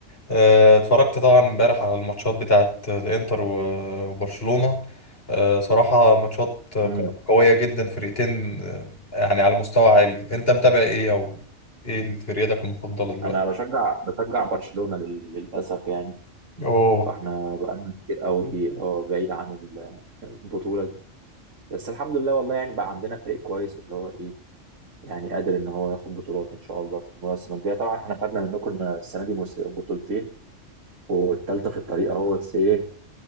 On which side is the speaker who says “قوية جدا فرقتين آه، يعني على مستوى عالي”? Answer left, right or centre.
Left